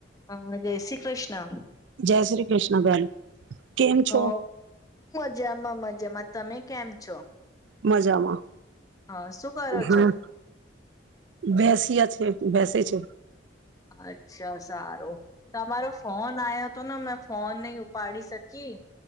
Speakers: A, on the left (about 20°); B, on the right (about 70°).
A: હા જય શ્રી કૃષ્ણ
B: જય શ્રી કૃષ્ણ બેન કેમ
A: હ
B: છો
A: મજા. મા મજમાં. તમે કેમ છો?
B: મજામાં.
A: હા શું કરો
B: હા
A: છો?
B: બેસ્યા છે બેસે છે.
A: અચ્છા સારું. તમારો ફોન આવ્યો હતો ને મેં ફોન નહી ઉપાડી શકી